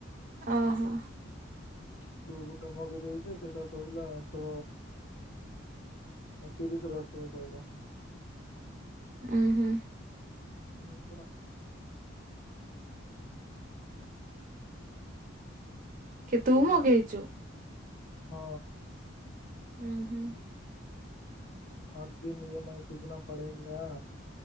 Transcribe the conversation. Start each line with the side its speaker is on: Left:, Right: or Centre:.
Right: ଓ ହୋ।
Left: ସେ ଗୋଟେ ମଗେଇ ଦେଇଛି ସେଇଟା କହିଲା ଶ ତିରିଶ ରେ ଆସିବ କହିଲା।
Right: ଓଁ ହୁଁ।
Left: ହୁଁ ପରା।
Right: କି ତୁ ମଗେଇଛୁ।
Left: ହଁ।
Right: ହୁଁ ହୁଁ।
Left: ହର ଦିନ ଇ ମାଇ ସୁଝନା ପଡେଙ୍ଗା।